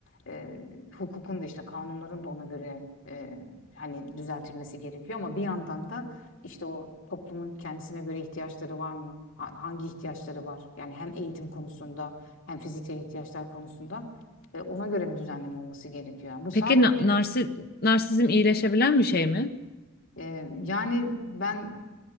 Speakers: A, on the left; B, on the left.
A: E, hukukun da işte kanunların da ona göre e, hani düzeltilmesi gerekiyor ama bir yandan da işte o toplumun kendisine göre ihtiyaçları var mı? Ha- Hangi ihtiyaçları var? Yani hem eğitim konusunda hem fiziksel ihtiyaçlar konusunda. E, ona göre bir düzenleme olması gerekiyor. Bu sadece
B: Peki na narsi- narsizm iyileşebilen bir şey mi?
A: e, yani ben